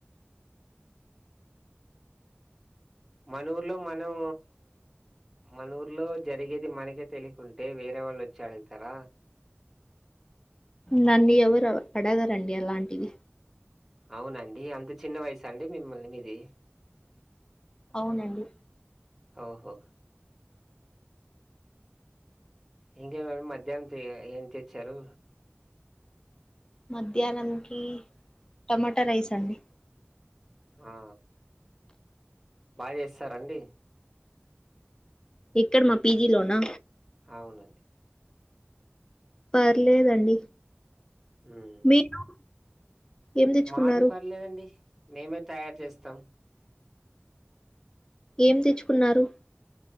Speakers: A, in the centre; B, on the left (about 20°).
A: మన ఊర్లో మనం మన ఊర్లో జరిగేది మనకే తెలియకుంటే వేరే వాళ్ళు వచ్చి అడుగుతారా
B: నన్ను ఎవరు అడగరండి అలాంటివి
A: అవునా అండి అంత చిన్న వాయిసా అండి మిముల్ల్ మీది
B: అవునండి
A: ఓహో ఇంకే మండి మధ్యాహ్నం ఏం తెచ్చారు
B: మధ్యాహ్నంనికి టమాటా రైస్ అండి
A: ఆ బాగా చేస్తారండి
B: ఎక్కడ మా పీజీ లోనా
A: అవునండి
B: పర్లేదండి
A: హ్మ్.
B: మీరు ఏం తెచ్చుకున్నారు
A: మాది పర్లేదండి మేమే తయారు చేస్తాం
B: ఏం తెచ్చుకున్నారు